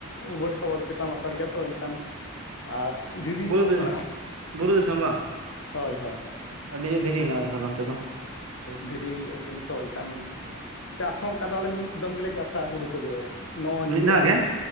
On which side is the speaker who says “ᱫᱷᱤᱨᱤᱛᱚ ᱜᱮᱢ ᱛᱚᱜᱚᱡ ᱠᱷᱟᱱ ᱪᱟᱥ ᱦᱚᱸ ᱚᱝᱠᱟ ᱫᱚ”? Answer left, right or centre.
Left